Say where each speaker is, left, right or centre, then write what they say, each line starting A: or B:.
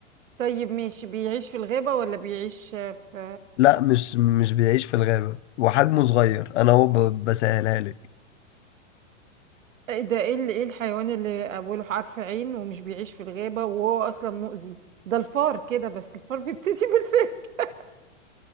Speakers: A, on the right (about 80°); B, on the left (about 65°).
A: طيب ماشي بيعيش في الغابه ولا بيعيش في
B: لا مش مش بيعيش في الغابة وحجمه صغير انا هو ب- بسهلها لك
A: ايه ده ايه اللي ايه الحيوان اللي اوله حرف عين ومش بيعيش في الغابه وهو اصلا مؤذي ده الفار كده بس الفار بيبتدي بالف <laughs>